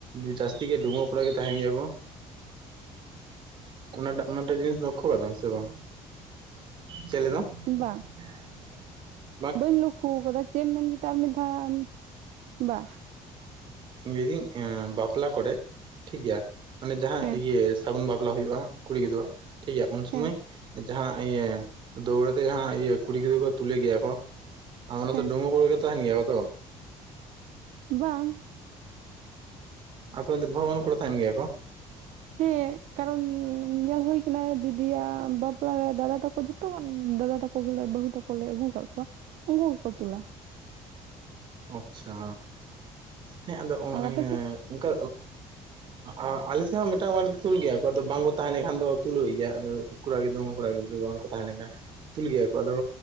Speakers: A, on the right; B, on the right.
A: ᱡᱟᱹᱥᱛᱤ ᱜᱮ ᱰᱩᱜᱩᱣᱟ ᱠᱚᱲᱟ ᱜᱮ ᱛᱟᱦᱮᱱ ᱜᱮᱭᱟ ᱠᱚ ᱚᱱᱟᱴᱟᱜ ᱚᱱᱟᱴᱟ ᱡᱤᱱᱤᱥ ᱞᱚᱠᱷᱚ ᱟᱠᱟᱫᱟᱢ ᱥᱮ ᱵᱟᱝ ᱪᱮᱫ ᱞᱟᱹᱭᱫᱟᱢ
B: ᱵᱟᱝ
A: <unintelligible>
B: ᱵᱟᱹᱧ ᱞᱚᱠᱠᱷᱚᱣ ᱟᱠᱟᱫᱟ ᱪᱮᱫ ᱮᱢ ᱢᱮᱱ ᱠᱮᱫᱟ ᱟᱨ ᱢᱤᱫᱫᱷᱟᱣ, ᱵᱟ
A: ᱞᱟᱹᱭᱫᱟᱹᱧ ᱵᱟᱯᱞᱟ ᱠᱚᱨᱮᱜ ᱴᱷᱤᱠ ᱜᱮᱭᱟ ᱢᱟᱱᱮ ᱡᱟᱦᱟᱸ
B: ᱦᱮᱸ
A: ᱤᱭᱟᱹ ᱥᱟᱹᱜᱩᱱ ᱵᱟᱯᱞᱟ ᱦᱩᱭᱩᱜᱼᱟ, ᱠᱩᱲᱤ ᱜᱤᱫᱽᱨᱟᱹ ᱴᱷᱤᱠ ᱜᱮᱭᱟ ᱩᱱ ᱥᱚᱢᱚᱭ
B: ᱦᱮᱸ
A: ᱡᱟᱦᱟᱸ ᱤᱭᱟᱹ ᱫᱟᱹᱣᱲᱟᱹ ᱛᱮ ᱡᱟᱦᱟᱸ ᱤᱭᱟᱹ ᱠᱩᱲᱤ ᱜᱤᱫᱽᱨᱟᱹ ᱠᱚ ᱛᱩᱞᱮ ᱜᱮᱭᱟ ᱠᱚ, ᱚᱱᱟ
B: ᱦᱮᱸ
A: ᱫᱚ ᱰᱩᱜᱩᱣᱟ ᱠᱩᱲᱤ ᱜᱮᱠᱚ ᱛᱟᱦᱮᱱ ᱜᱮᱭᱟ ᱛᱚ?
B: ᱵᱟᱝ
A: ᱟᱫᱚ ᱵᱟᱦᱩᱣᱟᱱ ᱠᱚᱲᱟ ᱛᱟᱦᱮᱱ ᱜᱮᱭᱟ ᱠᱚ? <inaudible>
B: ᱦᱮᱸ ᱠᱟᱨᱚᱱ ᱧᱮᱞ ᱦᱩᱭ ᱠᱟᱱᱟ ᱫᱤᱫᱤᱭᱟᱜ ᱵᱟᱯᱞᱟᱮ ᱫᱟᱫᱟ ᱛᱟᱠᱚ ᱡᱚᱛᱚ ᱠᱷᱚᱱ ᱫᱟᱫᱟ ᱛᱟᱠᱚ ᱜᱮ ᱵᱟᱹᱦᱩ ᱛᱟᱠᱚ ᱠᱚᱞᱮ ᱟᱹᱜᱩ ᱟᱠᱟᱫ ᱠᱚᱣᱟ ᱩᱱᱠᱩ ᱜᱮᱠᱚ ᱛᱚᱞᱟ
A: ᱟᱪᱪᱷᱟ ᱦᱮᱸ ᱟᱫᱚ ᱚᱸ
B: ᱟᱨ
A: ᱮᱸ
B: ᱟᱯᱮ ᱥᱮᱫ
A: ᱚᱱᱠᱟ ᱟᱨ ᱟᱞᱮ ᱥᱮᱫ ᱦᱚᱸ ᱢᱤᱫᱴᱟᱝ ᱵᱟᱲᱮ ᱫᱚ ᱛᱩᱞ ᱜᱮᱭᱟ ᱠᱚ ᱟᱫᱚ ᱵᱟᱝᱠᱚ ᱛᱟᱦᱮᱸ ᱞᱮᱱᱠᱷᱟᱱ ᱫᱚ ᱛᱩᱞᱩᱜ ᱜᱮᱭᱟ ᱟᱫᱚ᱾ ᱠᱚᱲᱟ ᱜᱤᱫᱽᱨᱟᱹ ᱢᱟ ᱠᱚᱲᱟ ᱜᱤᱫᱨᱟᱹ ᱫᱚ ᱵᱟᱝ ᱠᱚ ᱛᱟᱦᱮᱸ ᱞᱮᱱᱠᱷᱟᱱ᱾ ᱛᱩᱞ ᱜᱮᱭᱟ ᱠᱚ ᱟᱫᱚ